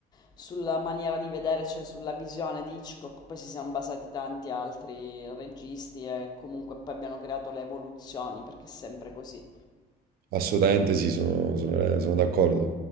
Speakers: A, on the left; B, on the right.
A: sulla maniera di vedere, cioè sulla visione di Hitchcock, poi si siano basati tanti altri registi e comunque poi abbiano creato le evoluzioni, perché è sempre così.
B: Assolutamente sì, sono, sono- sono d'accordo.